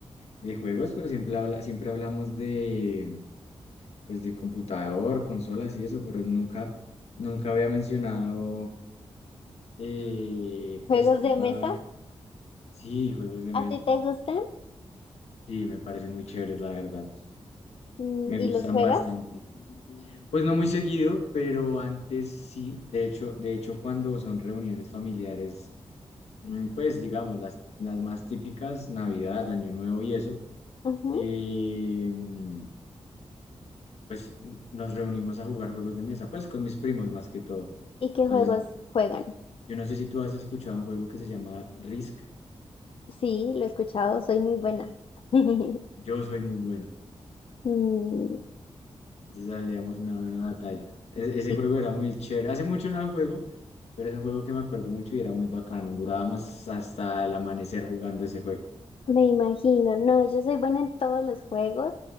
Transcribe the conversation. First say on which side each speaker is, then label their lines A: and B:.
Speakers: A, on the left (about 80°); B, on the left (about 60°).
A: de juegos, pero siempre, habla, siempre hablamos de, pues, de computador, consolas y eso, pero nunca, nunca había mencionado, eh, pues,
B: Juegos
A: temas,
B: de mesa,
A: sí, juegos de mesa.
B: ¿a ti te gustan?
A: Sí, me parecen muy chéveres, la verdad.
B: Mm,
A: Me
B: ¿Y
A: gustan
B: los juegas?
A: bastante. Pues no muy seguido, pero antes sí. De hecho, de hecho, cuando son reuniones familiares Mm, Pues digamos, las, las más típicas, Navidad, Año Nuevo y eso,
B: Ujú.
A: eh, mm, pues n- nos reunimos a jugar juegos de mesa, pues con mis primos más que todo.
B: ¿Y qué
A: Entonces,
B: juegos juegan?
A: yo no sé si tú has escuchado un juego que se llama Risk.
B: Sí, lo he escuchado, soy muy buena. <laughs>
A: Yo soy muy bueno,
B: Mm,
A: entonces hacíamos una buena batalla. E- ese
B: sí,
A: juego era muy chévere. Hace mucho no lo juego, pero es un juego que me acuerdo mucho y era muy bacano. Durábamos hasta el amanecer jugando ese juego.
B: me imagino. No, yo soy buena en todos los juegos.